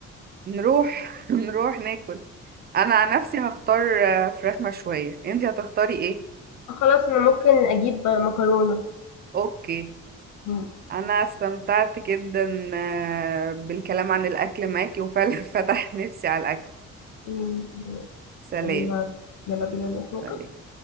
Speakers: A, on the right (about 25°); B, on the left (about 45°).
A: نروح <laughs> نروح ناكل انا عن نفسي هختار آه، فراخ مشوية انتي هتختاري ايه
B: خلاص انا ممكن اجيب مكرونه
A: اوكي
B: م-
A: انا استمتعت جدا آه، بالكلام عن الاكل معاكي وفعلا <laughs> فتح نفسي على الاكل
B: م-
A: سلام
B: يلا يلا بينا نروح ناكل
A: سلام